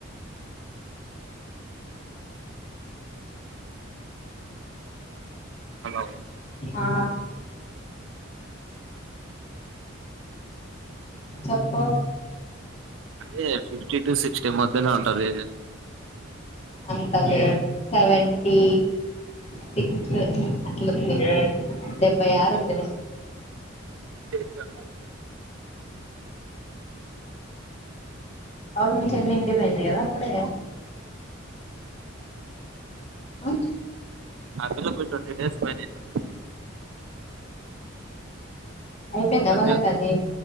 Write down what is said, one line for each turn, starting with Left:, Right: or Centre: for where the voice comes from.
Right: హలో
Left: ఆ చెప్ప
Right: అదే పిఫ్టీ టూ సిక్స్టీ మధ్యల ఉంటది ఏరియా
Left: అంత లే సెవెంటీ సిక్స్ అట్లుంది డెబ్బై ఆరు ఉందిలే
Right: శేష
Left: అవును మీ చెల్లి ఇంటికి పెయ్యింది కదా అప్పుడే ఆ
Right: అసుల్లో <unintelligible> ట్వంటీ డేస్ పైన అయితాంది
Left: అయిపోయింద
Right: మళ్ళీ
Left: వళ్ళక అది